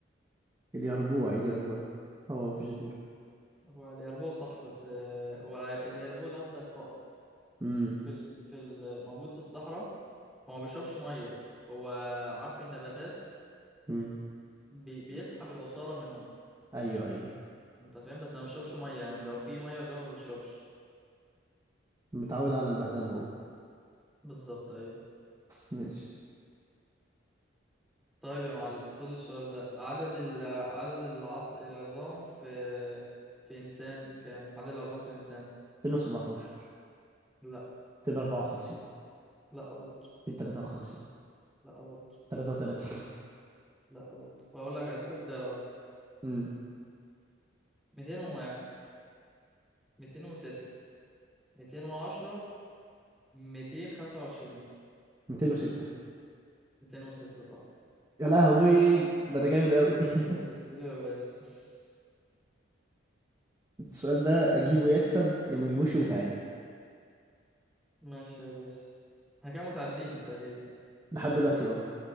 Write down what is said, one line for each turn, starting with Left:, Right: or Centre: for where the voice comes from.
Right: اليربوع ايه اليربوع ده هو مفيش غيره
Centre: هو اليربوع صح بس آه، هو الع- اليربوع ده عامل زي الفقر
Right: امم
Centre: في ال... في ال... موجود في الصحراء هو ما بيشربش ميه هو عارف النباتات
Right: امم
Centre: بي... بيسحب العصاره منهم
Right: ايوه ايوه
Centre: انت فاهم بس ما بيشربش ميه يعني لو في ميه قدامه ما بيشربش
Right: متعود على البهدله هو
Centre: بالظبط ايوه
Right: ماشي
Centre: طيب يا معلم خد السؤال ده عدد ال... عدد العض... العظام في في انسان كام عدد العظام في الانسان
Right: 217
Centre: لا
Right: 254
Centre: لا برضه
Right: 253
Centre: لا برضه
Right: 33
Centre: لا برضه بقول لك اديك اختيارات
Right: امم
Centre: 201 206 210 ميتين خمسة وعشرين
Right: 206
Centre: ميتين وستة صح
Right: يا لهوي ده انا جامد
Centre: اديله
Right: قوي <laughs>
Centre: يا با- اديله يا باشا <laughs>
Right: السؤال ده اجيبه يكسب يا ما اجيبوش ونتعادل
Centre: ماشي يا باشا احنا كده متعادلين تقريبا
Right: لحد دلوقتي اه